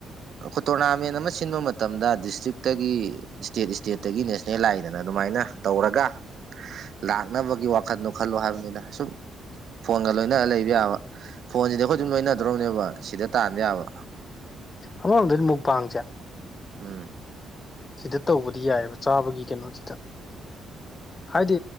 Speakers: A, on the right; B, on the left.
A: ꯑꯩꯈꯣꯏ ꯇꯣꯔꯅꯥꯃꯦꯟ ꯑꯃ ꯁꯤꯟꯕ ꯃꯇꯝꯗ ꯗꯤꯁꯇ꯭ꯔꯤꯛꯇꯒꯤ ꯏꯁꯇꯦꯠ ꯏꯁꯇꯦꯠꯇꯒꯤ ꯅꯦꯁꯅꯦꯜ ꯂꯥꯛꯏꯗꯅ ꯑꯗꯨꯃꯥꯏꯅ ꯇꯧꯔꯒ ꯂꯥꯛꯅꯕꯒꯤ ꯋꯥꯈꯜꯗꯣ ꯈꯜꯂꯣ ꯍꯥꯏꯕꯅꯤꯅ ꯑꯁꯨꯝ ꯐꯣꯟꯒ ꯂꯣꯏꯅ ꯂꯩꯕ ꯌꯥꯕ ꯐꯣꯟꯁꯤꯗꯤ ꯑꯩꯈꯣꯏ ꯑꯗꯨꯝ ꯂꯣꯏꯅꯗ꯭ꯔꯣꯅꯦꯕ ꯁꯤꯗ ꯇꯥꯟꯕ ꯌꯥꯕ
B: ꯑꯃꯃꯛꯗꯅ ꯃꯛꯕꯥ ꯆ
A: ꯎꯝ
B: ꯁꯤꯗ ꯇꯧꯕꯗꯤ ꯌꯥꯏꯑꯕ ꯆꯥꯕꯒꯤ ꯀꯩꯅꯣꯁꯤꯗ ꯍꯥꯏꯗꯤ